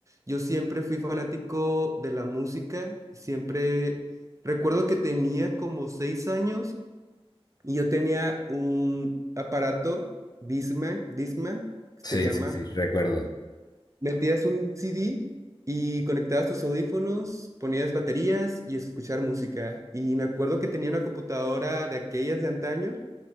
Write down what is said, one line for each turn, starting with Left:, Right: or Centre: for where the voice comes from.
Right: yo siempre fui fanático de la música, siempre recuerdo que tenía como seis años y yo tenía un aparato Discman, Discman, se
Left: sí,
Right: llama,
Left: sí, sí, recuerdo.
Right: Metías un CD y conectabas tus audífonos, ponías baterías y escuchar música. Y me acuerdo que tenía una computadora de aquellas de antaño